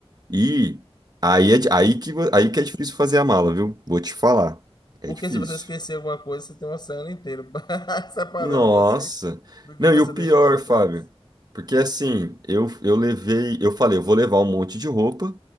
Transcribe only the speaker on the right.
E aí é, di- aí que vo- aí que é difícil fazer a mala, viu? Vou te falar. É
difícil.
Nossa.
Não,
e o
pior,
Fábio,
porque assim, eu, eu levei, eu falei, eu vou levar um monte de roupa,